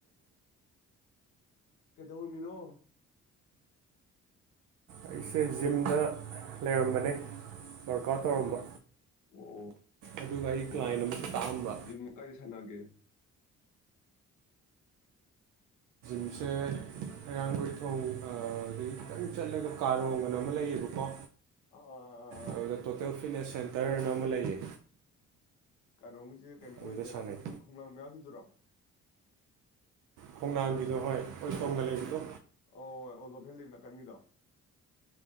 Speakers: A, on the left; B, on the right.
A: ꯀꯩꯗꯧꯔꯝꯃꯤꯅꯣ
B: ꯑꯩꯁꯦ ꯖꯤꯝꯗ ꯂꯩꯔꯝꯕꯅꯦ ꯋꯥꯔꯀ ꯑꯥꯎꯠ ꯇꯧꯔꯝꯕ
A: ꯑꯣ
B: ꯑꯗꯨꯒ ꯑꯩ
A: ꯑꯣ
B: ꯀ꯭ꯂꯥꯏꯟ ꯑꯃꯁꯨ ꯇꯥꯛꯑꯝꯕ
A: ꯀꯥꯏ ꯁꯅꯒꯦ
B: ꯟꯁꯦ ꯍꯔꯥꯡꯒꯣꯏ ꯊꯣꯡ ꯑꯗꯗꯒꯤ ꯈꯤꯇꯪ ꯆꯠꯂꯒ ꯀꯥꯔꯣꯡꯒꯅ ꯑꯃ ꯂꯩꯌꯦꯕꯀꯣ
A: ꯑꯥ ꯑꯥ ꯑꯥ ꯑꯥ ꯑꯥ
B: ꯑꯗꯨꯗ ꯇꯣꯇꯦꯜ ꯐꯤꯠꯅꯦꯁ ꯁꯦꯟꯇꯔꯅ ꯑꯃ ꯂꯩꯌꯦ
A: ꯀꯥꯔꯣꯝꯒꯤꯁꯦ ꯀꯩꯅꯣ
B: ꯑꯗꯨꯗ
A: ꯑꯣꯏꯗꯣꯏꯔꯣ
B: ꯁꯥꯟꯅꯩ
A: ꯑꯩꯈꯣꯏꯒꯤ ꯈꯣꯂꯥꯡ ꯃ ꯌꯥꯒꯤꯗꯨꯔꯣ
B: ꯈꯣꯡꯅꯥꯡꯒꯤꯗꯣ ꯍꯣꯏ ꯑꯣꯏꯇꯣꯡꯒ ꯂꯩꯕꯗꯣ
A: ꯑꯣ ꯑꯣꯖꯣ ꯐꯤꯜꯂꯤ ꯅꯥꯀꯟꯒꯤꯗꯣ